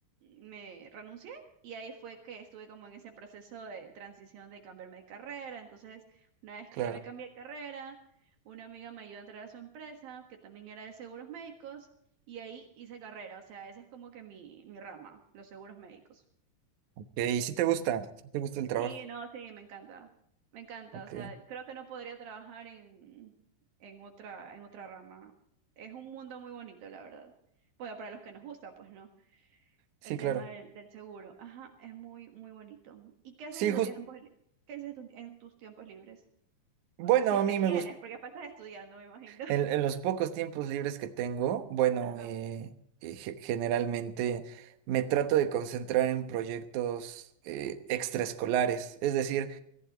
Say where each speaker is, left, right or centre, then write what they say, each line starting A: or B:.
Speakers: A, on the right; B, on the right.
A: me renuncié y ahí fue que estuve como en ese proceso de transición de cambiarme de carrera. Entonces, una vez
B: claro.
A: que ya me cambié de carrera, una amiga me ayudó a entrar a su empresa, que también era de seguros médicos, y ahí hice carrera, o sea, esa es como que mi, mi rama, los seguros médicos.
B: Ok, y si te gusta, si te gusta el trabajo.
A: Sí, no, sí, me encanta. Me encanta.
B: Ok,
A: O sea, creo que no podría trabajar en, en otra, en otra rama. Es un mundo muy bonito, la verdad. Bueno, para los que nos gusta, pues no.
B: sí,
A: El tema
B: claro.
A: del, del seguro. Ajá, es muy, muy bonito. ¿Y qué haces
B: Sí,
A: en
B: justo,
A: tu tiempo, li- qué haces tu- en tus tiempos libres?
B: bueno,
A: Si es
B: a mí
A: que tienes,
B: me gusta,
A: porque aparte estás estudiando, me imagino.
B: en, en los pocos tiempos libres que tengo, bueno,
A: <laughs> Ajá.
B: eh, eh, ge- generalmente me trato de concentrar en proyectos eh, extraescolares, es decir,